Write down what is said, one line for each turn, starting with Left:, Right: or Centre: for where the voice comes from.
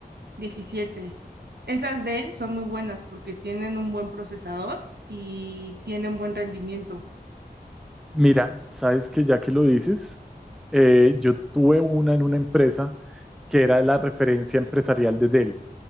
Right: diecisiete Esas Dell son muy buenas porque tienen un buen procesador y tienen buen rendimiento.
Centre: Mira, sabes que ya que lo dices, eh, yo tuve una en una empresa que era la referencia empresarial de Dell.